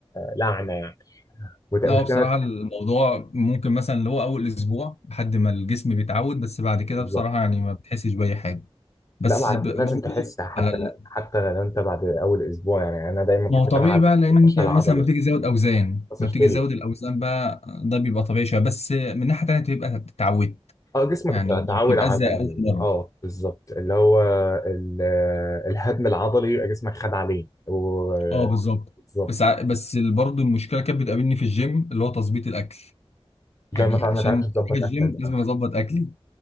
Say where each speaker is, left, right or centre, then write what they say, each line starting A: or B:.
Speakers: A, on the left; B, on the left.
A: لعنه يعني ومشكله
B: لا هو بصراحه الموضوع ممكن مثلا اللي هو اول اسبوع لحد ما الجسم بيتعود بس بعد كده
A: بالظبط
B: بصراحه يعني ما بتحسش باي حاجه بس
A: لا ما على
B: ب-
A: فكره لازم
B: برضه
A: تحس حتى
B: على ال...
A: حتى لو انت بعد اول اسبوع يعني انا دايما كنت
B: ما هو طبيعي
A: بلعب
B: بقى لان
A: حتى الفشل
B: انت مثلا
A: العضلي
B: ما بتيجي تزود اوزان
A: فاصل
B: ما بتيجي
A: فيليا
B: تزود الاوزان بقى ده بيبقى طبيعي شويه بس من ناحيه تانيه بتبقى اتعودت
A: اه جسمك
B: يعني
A: ات- اتعود
B: ما بتبقاش
A: على
B: زي
A: ال...
B: اول مره
A: اه بالظبط اللي هو ال... الهدم العضلي يبقى جسمك خد عليه و...
B: اه بالظبط
A: بالظبط
B: بس ع- بس برضه المشكله كانت بتقابلني في الجيم اللي هو تظبيط الاكل
A: ده
B: يعني
A: ما تع-
B: عشان
A: ما تعرفش
B: اروح
A: تظبط
B: الجيم
A: اكلك
B: لازم
A: بقى
B: اظبط اكلي